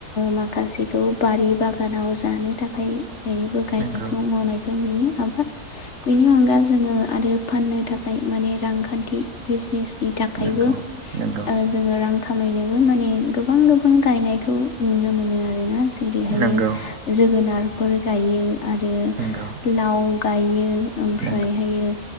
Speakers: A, on the left; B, on the right.
A: माखासे बारि बागानाव जानो थाखाय जैरैबो गायनायखौ
B: नंगौ
A: मावनायखौ नुयो आमफाय बेनि अनगा जोंङो आरो फाननो थाखाय माने रांखान्थि बि थाखायबो
B: नंगौ नंगौ
A: ओ जोंङो रां खामायनोबो माने गोबां गोबां बेखौ नुनो मोनो आरोना जेरैहाय
B: नंगौ
A: जोगोनारफोर गायो आरो
B: नंगौ
A: लाव गायो ओमफ्रायहायो
B: नंगौ